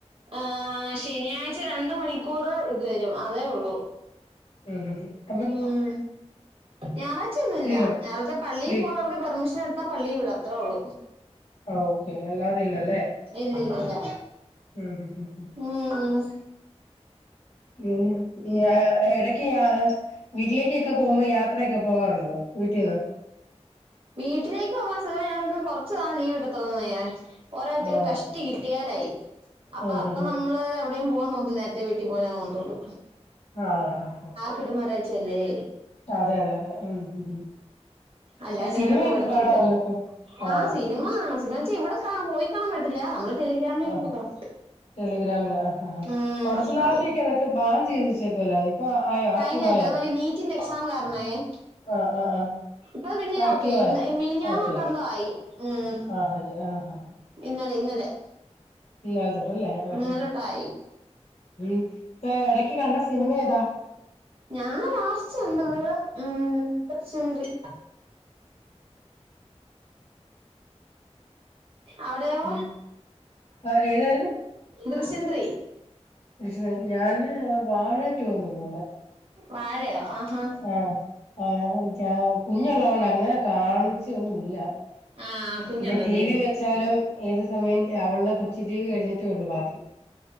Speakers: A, on the right; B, on the left.
A: ആഹാ ശനിയാഴ്ച രണ്ട് മണിക്കൂർ ഇത് വരും അതേ ഉള്ളൂ.
B: ഹും ഹും ഹും
A: ഉം ഞായറാ്ച ഒന്നുമില്ല.
B: ലീവാണ്
A: രാവിൽത്തെ പള്ളിയിൽ
B: ലീ
A: പോണവർക്ക് പെർമിഷൻ എട്ത്താ പള്ളി വീടും അത്രേ ഉള്ളൂ.
B: ആഹ് ഓക്കെ അല്ലാതെ ഇല്ലല്ലേ
A: ഇല്ല ല്ല ല്ല
B: ഉം ഉം ഉം
A: ഉം
B: പിന്നെ ഇടക്ക് ആ വീട്ടിലേക്കൊക്കെ പോകുമ്പോ ഞാ ത്രയൊക്കെ പോവാറുണ്ടോ വീട്ടീന്ന്
A: വീട്ടിലേക്ക് പോവാ ചിലപ്പോ ഞങ്ങൾക്ക് കുറച്ച് നാൾ ലീവ്കിട്ടത്തൊള്ളന്നെ. ഒരാഴ്ച
B: ആണോ
A: കഷ്ടി കിട്ടിയാലായി അപ്പൊ
B: ഉം
A: അപ്പൊ
B: ഉം ഉം
A: നമ്മള് എവിടെയും പോവാ നോക്കുന്നെ ന്റെ വീട്ടിപോവാനെ തോന്നുതുള്ളൂ
B: ആഹ് ആഹ്
A: കിട്ടുന്ന ഒരാഴ്ച്ചല്ലേ
B: ട്ടതെ അതെ അതെ ഉം ഉം ഉം
A: അല്ലാണ്ട്
B: ആഹ് സിനിമയൊക്കെ
A: ഇവരൊട്ട് വിടത്തൂല
B: കാണാറുണ്ടോ ഇപ്പൊ ആണോ
A: ആഹ് സിനിമ കാണും സിനിമച്ചാ ഇവിടെ ക്കാ പോയി കാണാൻ പറ്റത്തില്ല നമ്മള് ടെലിഗ്രാമിൽ വരുമ്പോ
B: ആഹ്
A: കാണും
B: ടെലിഗ്രാമില് ആഹ് ആഹ്
A: ഉം
B: കൊറച്ചു നാളത്തേക്ക്
A: അതെ
B: അതൊക്കെ ബാൻ ചെയ്ത്ച്ചേക്കുല്ലായിരുന്നോ ഇപ്പൊ ആയോ ആക്റ്റീവ്
A: കഴിഞ്ഞ ക്ക
B: ആയോ
A: അതെമാരി നീറ്റിന്റെ എക്സാം കാരണയെ
B: ആഹ് ആഹ് ആഹ്
A: ഇപ്പൊ പിന്നെ
B: ആക്റ്റീവ്
A: ഓക്കെ ആയി ഇന്ന്
B: ആയോ
A: മിനിഞ്ഞാനൂട്ടെന്തോആയി
B: ഓക്കെ
A: ഉം
B: ആഹ് ഹയ്യ ആഹ് ഹാ
A: ഇന്നലെ ഇന്നലെ
B: ഇല്ലാതെ <unintelligible>
A: ഇന്നലെ
B: ഉം
A: തൊട്ടായി
B: ഉം ഇപ്പ ഇടക്ക് കണ്ട സിനിമ ഏതാ
A: ഞാൻ ലാസ്റ്റ് കണ്ടത് ഉം ദൃശ്യം ത്രീ അവിടെയോ
B: ഉം ആഹ് ഏതായിരുന്നു
A: ദൃശ്യം ത്രീ
B: <unintelligible> ഞാന് വാഴാറ്റോന്നീ <unintelligible>
A: വാഴയോ ആഹാ
B: ആഹ് ആഹ് ജാ കുഞ്ഞുള്ളത് കൊണ്ട് അങ്ങനെ കാണിച്ചെന്നുല്ല
A: ആഹ് കുഞ്ഞുണ്ടല്ലേ
B: പിന്നെ ടി വി വെച്ചാലും ഏത് സമയം അവൾടെ കൊച്ചിടീവി കഴിഞ്ഞിട്ടേ ഉള്ളു ബാക്കി